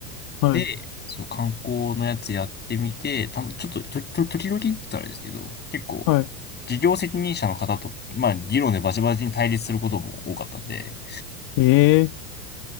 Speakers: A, on the left; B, on the left.
A: はい。
B: で、そう、観光のやつやってみて、たぶんちょっと、と、と、時々って言ったらあれですけど、結構、
A: はい。
B: 事業責任者の方と、まあ、議論でバチバチに対立することも多かったんで、
A: ええ